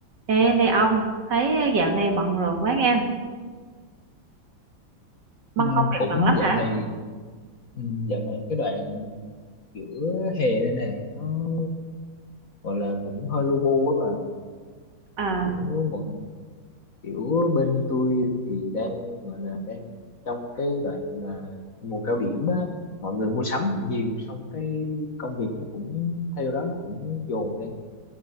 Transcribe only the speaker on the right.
Ê, này ông, thấy dạo này bận rộn quá nghe, băng
công việc
bận lắm
hả?
À,